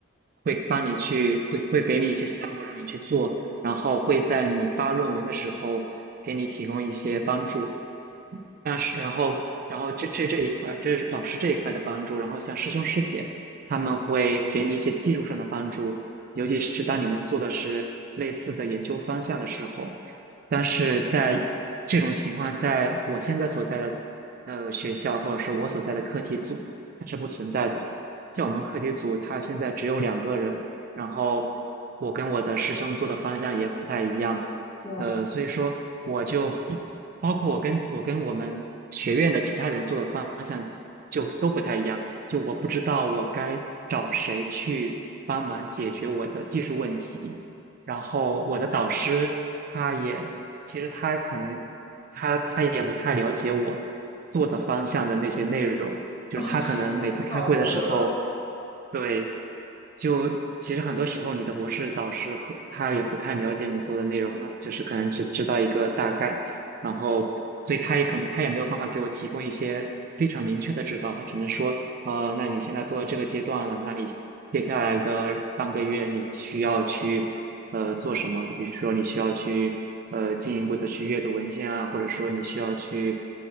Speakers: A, on the right (about 45°); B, on the left (about 30°).
A: 会帮你去，会会给你一些项目让你去做，然后会在你发论文的时候给你提供一些帮助。但是然后然后这这这一块，这是老师这一块的帮助，然后像师兄师姐他们会给你一些技术上的帮助，尤其是当你们做的是类似的研究方向的时候。但是在这种情况，在我现在所在的呃学校，或者是我所在的课题组，它是不存在的。像我们课题组，它现在只有两个人，然后我跟我的师兄做的方向也不太一样，
B: 哇，
A: 呃，所以说我就不包括我跟我跟我们学院的其他人做的方向就都不太一样，就我不知道我该找谁去帮忙解决我的技术问题，然后我的导师他也其实他可能他他也不太了解我做的方向的那些内容，就是他可能每次开会的时候，
B: 哦，是吗？导师都
A: 对，就其实很多时候你的博士导师和他也不太了解你做的内容了，就是可能只知道一个大概，然后所以他也可能他也没有办法给我提供一些非常明确的指导，他只能说。呃，那你现在做到这个阶段了，那你接下来的半个月你需要去呃做什么？就比如说你需要去呃进一步的去阅读文献啊，或者说你需要去